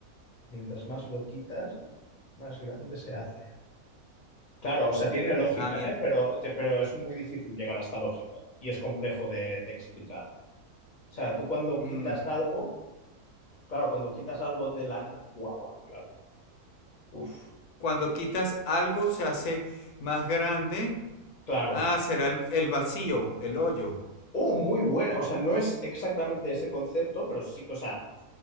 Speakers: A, on the left (about 50°); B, on the left (about 85°).
A: Mientras más lo quitas, más grande se hace. Claro, o sea, tiene lógica,
B: Ah, mient-
A: ¿eh? Pero, te- pero es muy difícil llegar a esta lógica y es complejo de, de explicar. O sea, tú cuando
B: mm,
A: quitas algo, claro, cuando quitas algo de la... na- Guau, guau, claro. Uf,
B: Cuando quitas algo se hace más grande.
A: claro.
B: Ah, será el, el vacío, el hoyo.
A: Oh, muy buena. O sea, no es exactamente ese concepto, pero sí, o sea,